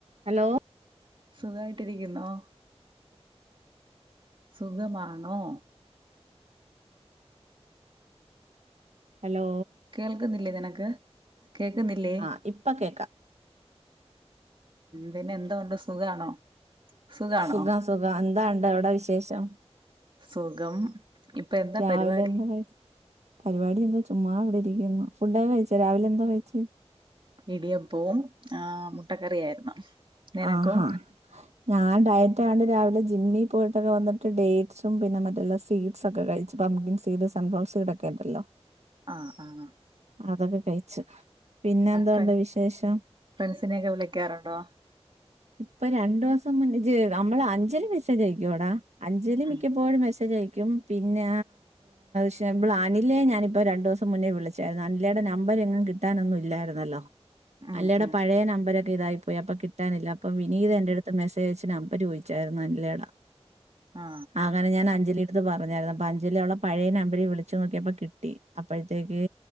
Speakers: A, on the right; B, on the right.
A: Hello
B: സുഖായിട്ടിരിക്കുന്നോ സുഖമാണോ
A: hello
B: കേൾക്കുന്നില്ലേ നിനക്ക് കേക്കുന്നില്ലേ
A: ആ ഇപ്പ കേക്ക
B: പിന്നെ എന്ത്ണ്ട് സുഖാണോ സുഖാണോ
A: സുഖം സുഖം എന്താ അണ്ട് അവിട വിശേഷം
B: സുഖം ഇപ്പൊ എന്താ
A: രാവിലെ
B: പരിപാടി
A: എന്താ കഴി പരിപാടി എന്താ ചുമ്മാ ഇവിടെ ഇരിക്കുന്നു ഫുഡൊക്കെ കഴിച്ച രാവിലെ എന്താ കഴിച്ച്
B: ഇടിയപ്പവും ആ മുട്ടക്കറിയായിരുന്നു നിനക്കോ
A: ആഹാ ഞാൻ ഡയറ്റ് ആണ്ട് രാവിലെ ജിമ്മിൽ പോയിട്ടൊക്കെ വന്നിട്ട് ഡേറ്റ്സും പിന്നെ മറ്റെല്ല സ്വീഡ് സ് ഒക്കെ കഴിച്ച് പംഗിൻ സീഡ് സൺ സീഡ് <unintelligible> ഒക്കെതീല്ലോ
B: ആഹ് ആഹ
A: അതോ ക്കെ കഴിച്ചു പിന്നെതൊണ്ട്
B: ഫ്ര
A: വിശേഷം
B: ഫ്രണ്ട്സിനെയൊക്കെ വിളിക്കാറുണ്ടോ
A: ഇപ്പൊ രണ്ടു ദിവസം മുന്നഅഞ്ച് നമ്മളെ അഞ്ച മെസജ് അയക്കോടാ അഞ്ചലി
B: ഉം
A: മിക്കപ്പോഴും മെസേജ് അയക്കും ക്കും പിന്നെ ശെ ഇവളെ അനിലയെ ഞാനിപ്പോ രണ്ടു ദിവസം മുന്നേ വിളിച്ചായിരുന്നു അനിലയുടെനമ്പർ കിട്ടാനെന്നും ഇല്ലാരുന്നുല്ലോ
B: ഉം
A: അനിലെടെ
B: ഉം
A: പഴയ നമ്പരൊക്കെ എന്തായി പോയി അപ്പൊ കിട്ടാനില്ല അപ്പൊ വിനീത് എൻന്റെടുത്ത് മെസേജ് അയച്ച് നമ്പര് ചോദിച്ചായിരുന്നു അനിലെടെ
B: ആ
A: അങ്ങനെ ഞാൻ അഞ്ജലി ഇത് പറഞ്ഞായിരുന്നു അപ്പ അഞ്ചിലി അവളെ പഴയ നമ്പിറില് വിളിച്ചു നോക്കിയപ്പോ കിട്ടി അപ്പോഴത്തേക്ക്